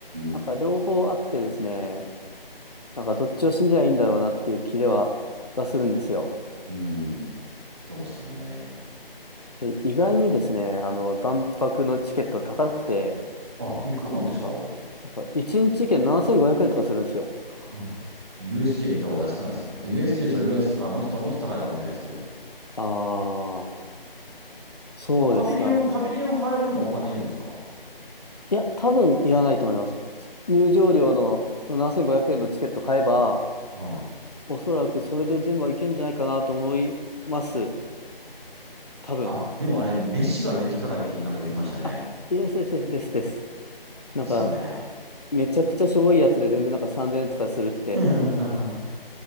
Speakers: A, on the left; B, on the right.
A: なんか両方あってですね、
B: ん。
A: なんかどっちを信じりゃいいんだろうなっていう気では、はするんですよ。
B: うーん。そうですよね。
A: で、意外にですね、あの、万博のチケット高くて、
B: あ、いくらなんですかあれって。
A: なんか、なんか1日券7500円とかするんですよ。
B: まあ USJ 行った方が安くないですかあ ?USJ それぐらいです。
A: うん。
B: あ、もっと、もっと高いかもしれないですけど。
A: ああ、そうですか。
B: あ、パビリオン、パビリオン入るのもお金いるんですか
A: いや、多分いらないと思います。入場料のその7500円のチケット買えば、
B: はい。
A: おそらくそれで全部はいけんじゃないかなと思います。多分。
B: あ、でもあれ、飯がめっちゃ高いってなんか言ってましたね。
A: あ、いや、ですですです。ですなんか、
B: ですよね。
A: めちゃくちゃしょぼいやつで全然なんか3000円とかするって、
B: <laughs>